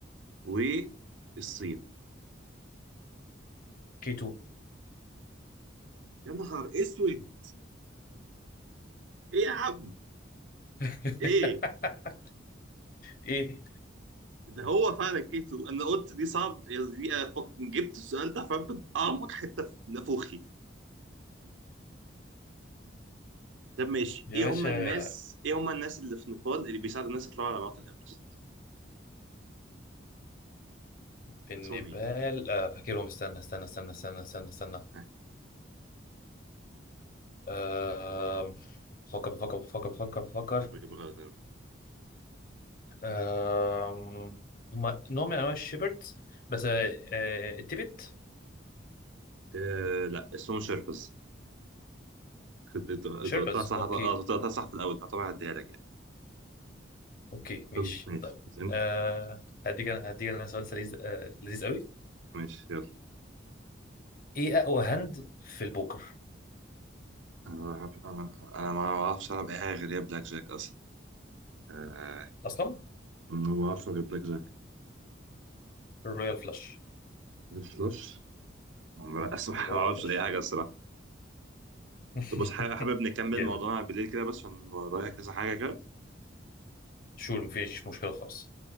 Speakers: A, on the right; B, on the left.
A: والصين
B: كيتو
A: يا نهار اسود ايه يا عم
B: <laughs>
A: ايه
B: ايه
A: ده هو فعلا كيتو انا قلت دي صعب دي أفك... جبت السؤال ده فبت اعمق حته في نافوخي طب ماشي
B: يا
A: ايه
B: باشا
A: هم الناس ايه هم الناس اللي في نيبال اللي بيساعدوا الناس يطلعوا على موuntain ايفرست
B: في النيبال
A: اسمهم ايه؟
B: آه فاكرهم استنى استنى استنى استنى استنى استنى
A: ها،
B: آه بفكر بفكر بفكر بفكر بفكر
A: يا رب اجيبها غلط يا رب.
B: آه هم نوع من انواع الشيبردز بس آه آه، التبت
A: آه لا اسمهم شيربز كنت انت أنت
B: شيربز
A: قلتها صح
B: اوكي
A: اه أنت قلتها صح في الاول فطبعا هديها لك يعني
B: اوكي ماشي
A: طب ماشي
B: طيب
A: بس انت
B: آه هديك انا هديك انا سؤال لذيذ آه لذيذ قوي
A: ماشي يلا
B: ايه اقوى هاند في البوكر
A: انا ما بعرف- انا أنا ما بعرفش العب اي حاجه غير هي بلاك جاك اصلا آه.
B: اصلا
A: ما بعرفش غير بلاك جاك
B: الرويال فلاش
A: الفلاش ما بعرفش ما بعرفش
B: الرويال فلاش
A: اي حاجه الصراحه
B: <laughs>
A: طب بص حابب حابب نكمل
B: جامد
A: موضوعنا بالليل كده بس عشان ورايا كذا حاجه كده
B: شور مفيش مشكله خالص